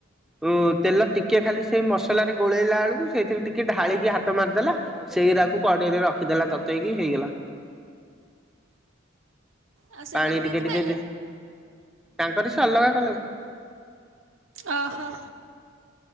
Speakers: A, in the centre; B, on the right.
A: ଉଁ ତେଲ ଟିକେ ଖାଲି ସେଇ ମସଲାରେ ଗୋଳେଇଲା ଆଳୁକୁ ସେଇଥିରେ ଟିକେ ଢାଳିକି ହାତ ମାରିଦେଲା। ସେଇରାକୁ କଡେଇରେ ରଖିଦେଲା ତତେଇକି ହେଇଗଲା।
B: ଆଉ ସେମାନେ
A: ପାଣି
B: କେମିତି
A: ଟିକେ ଟିକେ
B: ଖାଇଲେ
A: ଦେ ତାଙ୍କରି ସେ ଅଲଗା କଲେ।
B: ଅହଁ।